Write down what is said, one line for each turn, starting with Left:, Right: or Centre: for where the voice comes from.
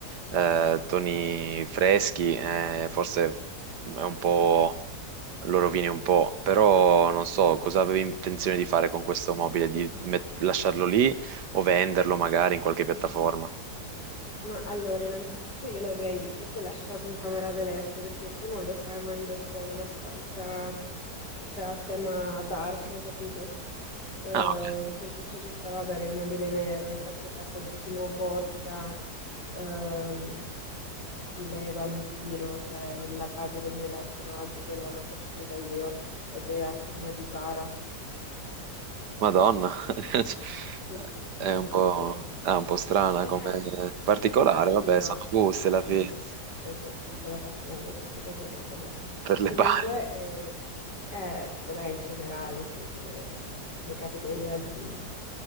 Right: eh, toni freschi, eh, forse è un po', lo rovini un po', però non so, cosa avevi intenzione di fare con questo mobile, di met- lasciarlo lì o venderlo magari in qualche piattaforma?
Left: Ma allora, innanzitutto io l'avrei proprio lasciato in camera da letto perché tu non lo sai, ma io ho un po' una stanza, cioè a tema dark, capito? Ehm,
Right: Ah, ok.
Left: per questo ci stava bene il mobile nero, infatti è fatta un pochino gotica, ehm, stile vampiro, cioè la base del mio letto, l'ho- anche quella l'ho costruita io ed è a forma di bara.
Right: Madonna. <laughs>
Left: Sì, sì,
Right: È un
Left: sì,
Right: po',
Left: sì.
Right: ah, un po' strana
Left: Eh.
Right: come particolare,
Left: Ma perché
Right: vabbè,
Left: io,
Right: sono gusti
Left: sì,
Right: alla fine
Left: ho fatto un po' la passione per queste cose macabre.
Right: per
Left: Comunque,
Right: le bari.
Left: eh, eh, vabbè, in generale, sì, come, come categoria di,